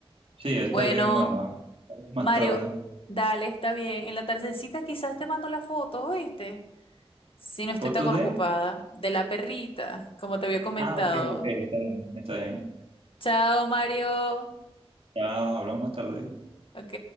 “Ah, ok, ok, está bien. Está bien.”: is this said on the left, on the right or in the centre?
Right